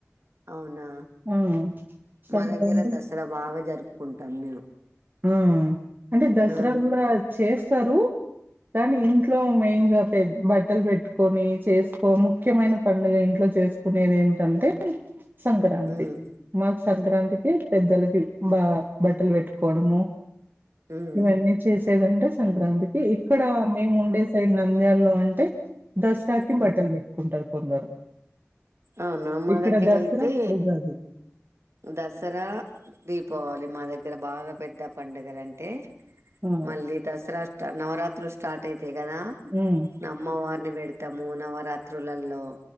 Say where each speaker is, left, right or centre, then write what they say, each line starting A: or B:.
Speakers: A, on the right (about 65°); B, on the right (about 40°).
A: అవునా
B: ఆ
A: మా
B: సంక్రాంతి
A: దగ్గర దసరా బాగా జరుపుకుంటాం మేము
B: ఆ అంటే దసరా
A: ఆ
B: కూడా చేస్తారు కాాని ఇంట్లో మెయిన్ గా పె బట్టలు పెట్టుకొని చేసుకో ముఖ్యమైన పండుగ ఇంట్లో చేసుకునేదెంటంటే సంక్రాంతి,
A: ఉమ్
B: మాకు సంక్రాంతికి పెద్దలకి, బా బట్టలు పెట్టు. కొడము,
A: ఉమ్
B: ఇవన్నీ చేసేదంటే సంక్రాంతి. ఇక్కడ, మేము ఉండే సైడ్ నంద్యల్లో అంటే దసరాకి
A: ఉమ్
B: బట్టలు పెట్టుకుంటారు. కొందరు
A: అవునా, మా
B: ఇక్కడ
A: దగ్గర
B: దసరా
A: అయితే.
B: ఉగాది
A: దసరా, దీపావళి మా దగ్గర బాగా, పెద్ద పండుగలు అంటే
B: ఆ
A: మళ్ళీ, దసరా స్ట నవరాత్రులు, స్టార్ట్ అయితే గదా
B: హ్మ్
A: అమ్మవారు పెడతాము. నవరాత్రులలో